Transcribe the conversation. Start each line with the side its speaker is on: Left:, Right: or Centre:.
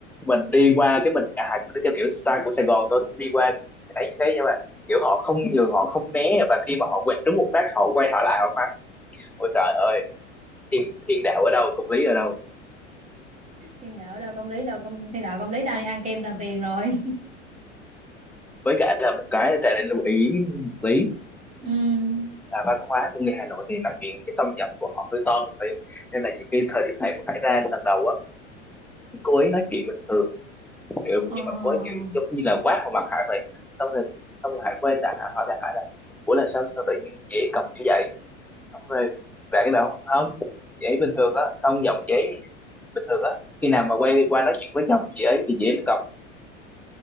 Centre: mình đi qua cái mình cả hai cũng đi theo kiểu style của Sài Gòn thôi đi qua cũng thấy như thế nhưng mà kiểu họ không nhường họ không né và khi mà họ quẹt trúng một phát họ quay họ lại họ mắng ôi trời ơi thiên, thiên đạo ở đâu công lý ở đâu
Right: Thiên đạo đâu công lý đâu công thiên đạo công lý đang đi ăn kem Tràng Tiền rồi.
Centre: với cả là một cái trà nên lưu ý lý
Right: Ừ.
Centre: là văn hóa của người Hà Nội thì nói chuyện cái tông giọng của họ hơi to một tí nên là nhiều khi thời điểm này cũng phải ra lần đầu á cô ấy nói chuyện bình thường hiểu
Right: Ờ.
Centre: nhưng mà cô ấy kiểu giống như là quát vào mặt Hải vậy xong rồi xong rồi Hải quay lại Hải hỏi lại Hải là ủa là sao sao tự nhiên chị cọc như vậy xong rồi bạn cái bảo không chị ấy bình thường á tông giọng chị ấy bình thường á khi nào mà quay qua nói chuyện với chồng chị ấy thì chị ấy mới cọc